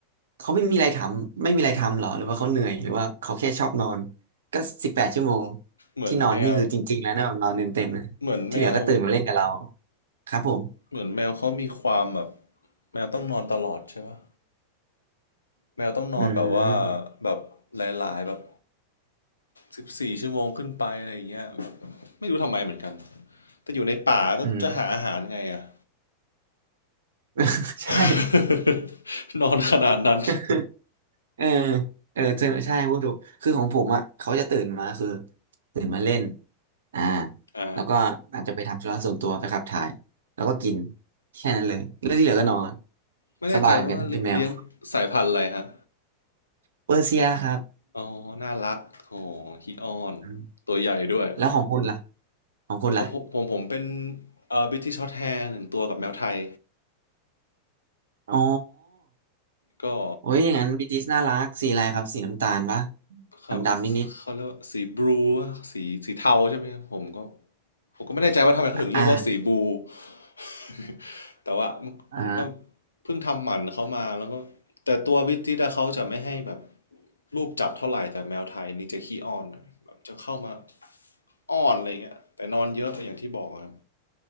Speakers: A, on the right (about 65°); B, on the left (about 80°).
A: เขาไม่มีอะไรทำไม่มีอะไรทำหรอหรือว่าเขาเหนื่อยหรือว่าเขาแค่ชอบนอนก็สิบแปดชั่วโมง
B: เหมือนแมว
A: ที่นอนนี่คือจริงๆแล้วนะแบบนอนเต็มเต็มนะที่เหลือก็ตื่นมาเล่นกับเรา
B: เหมือนแมว
A: ครับผม
B: เหมือนแมวเขามีความแบบแมวต้องนอนตลอดใช่ปะแมวต้องนอนแบบว่า
A: อืม
B: แบบหลายๆแบบสิบสี่ชั่วโมงขึ้นไปอะไรอย่างเงี้ยแบบไม่รู้ทำไมเหมือนกัน แต่อยู่ในป่าแล้วจะหาอาหารไงอะ
A: อืม <laughs> ใช่
B: <laughs> นอนขนาดนั้น
A: <laughs> เออ เออเจอใช่พูดถูก คือของผมอ่ะเขาจะตื่นมาคือตื่นมาเล่น อ่า
B: อ่า
A: แล้วก็อาจจะไปทำธุระส่วนตัวไปขับถ่าย แล้วก็กิน แค่นั้นเลยแล้วที่เหลือก็นอน
B: ไม่แน่ใจว่าเลี้ยงสายพันธุ์อะไรฮะ
A: สบายเหมือนกัน เป็นแมวเปอร์เซียครับ
B: อ๋อน่ารักโหฮีออน
A: อืม
B: ตัวใหญ่ด้วย
A: แล้วของคุณล่ะของคุณล่ะ
B: เขาผมผมผมเป็นเอ่อบิทิชช็อตแฮร์หนึ่งตัวกับแมวไทย
A: อ๋อ
B: ก็
A: โอ้ยอย่างนั้นบีติสน่ารักสีอะไรครับสีน้ำตาลปะ
B: ครับ
A: ดำดำนิดนิด
B: เขาเรียกว่าสีบลูสีสีเทาใช่ไหมครับผมก็ผมก็ไม่แน่ใจว่าทำไมเขาถึงเรียกว่าสีบลู
A: ๆอ่า
B: <laughs> แต่ว่ามันก็
A: อ่า
B: เพิ่งทำหมันเขามาแล้วก็แต่ตัววิจิตอะเขาจะไม่ให้แบบรูปจับเท่าไหร่แต่แมวไทยนี่จะขี้อ้อนอะแบบจะเข้ามาอ้อนอะไรเงี้ยแต่นอนเยอะอย่างที่บอกอะครับ